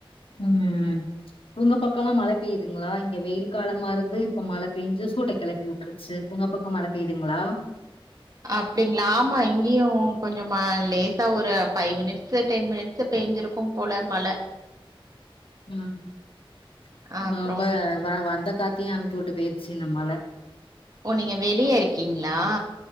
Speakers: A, on the left; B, on the right.
A: ஹம்ம் உங்க பக்கம் மழை பெய்யுதுங்களா இங்க வெயில் காலமா இருந்து இப்ப மழ பெயஞ்சு சூட்ட கிளப்பி விற்றது சேரி உங்க பக்கம் மழை பெய்து ங்களா
B: அப்படிங்களா ஆமா இங்கேயும் கொஞ்சமா லேசா ஒரு ஃபைவ் மினிட்ஸ் டென் மினிட்ஸ் பெஞ்சிருக்கும் போல மழ
A: உம் உ
B: அப்றோ
A: ஊம்ப ஊம்ப வ வந்த காத்தியையும் அனுப்பிச்சு விட்டு போயிடுச்சு இந்த மழ
B: ஓ நீங்க வெளியே இருக்கீங்களா